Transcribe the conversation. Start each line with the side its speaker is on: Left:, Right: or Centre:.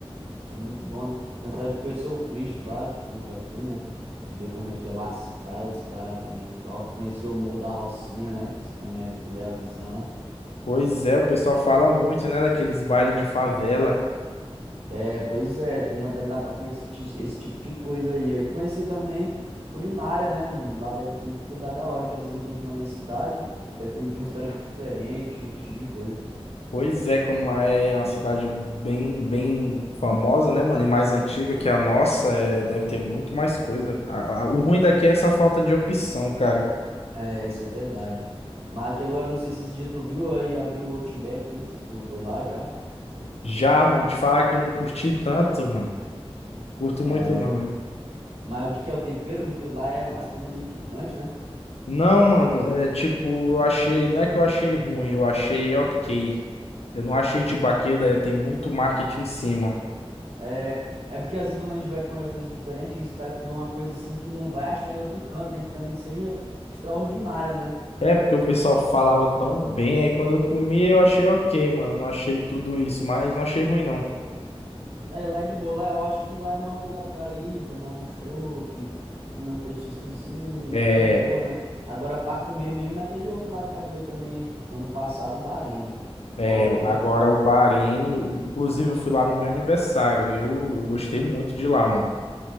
Right: É muito bom, né? Tentar de conhecer o Cristo lá, que nunca fui, né? Ver como é que é lá as praias, que lá também é top. Conhecer o Morro da Rocinha, né? Diz também é filé à visão.
Left: Pois é, o pessoal fala muito, né, daqueles bailes de favela.
Right: É, pois é, tenho vontade de ir lá para conhecer ti- esse tipo de coisa aí. ó. E conhecer também culinária, né? Um- Lá deve ter muito lugar da hora, que às vezes não tem aqui na minha cidade. Deve ter muito restaurante diferente, esse tipo de coisa.
Left: Pois é, como lá é uma cidade bem, bem famosa, né, mano, e mais antiga que a nossa, é, deve ter muito mais coisa. A- a- o ruim daqui é essa falta de opção, cara.
Right: É, isso é verdade. Mas aqui agora, não sei se esse dia tu viu aí, abriu o Outback, hein? não sei se tu foi lá já.
Left: Já, mano, te falar que eu não curti tanto, mano. Curto
Right: É,
Left: muito não, velho.
Right: Mas o que que é o tempero muito lá é as coisas é meio picantes, né?
Left: Não, mano, é tipo, eu achei, não é que eu achei ruim, eu achei ok. Eu não achei tipo aquele, é, tem muito marketing em cima.
Right: É, é porque às vezes quando a gente vai para um restaurante diferente, a gente espera comer uma coisa assim que não vai achar em outro canto, né? Que também que seja extraordinária, né?
Left: É, porque o pessoal falava tão bem, aí quando eu comi eu achei ok, mano. Não achei tudo isso, mas não achei ruim, não.
Right: É, lá é de boa, lá eu acho que lá é mais um lugar pro cara ir, tomar um chopp, comer um petiscozinho,
Left: É,
Right: ficar de boa, né? Agora para comer mesmo naquele outro lá que abriu também ano passado, o Bahrein.
Left: é,
Right: Top,
Left: agora
Right: ó.
Left: o Bahrein, inclusive eu fui lá no meu aniversário, eu, eu gostei muito de lá, mano.